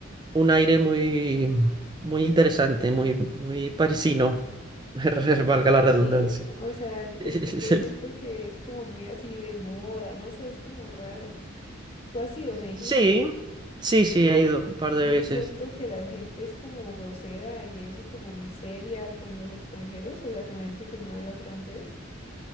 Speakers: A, on the right; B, on the left.
A: un aire muy, muy interesante, muy, muy parisino, <laughs> valga la redundancia.
B: Sí, o sea, yo- porque
A: <laughs>
B: yo siento que es como muy así de moda, no sé, es como raro. ¿Tú has ido, me dijiste?
A: Sí, sí, sí, he ido un par de
B: Y
A: veces.
B: es cierto que la gente es como grosera y eso y como muy seria con los extranjeros, o sea, con la gente que no habla francés.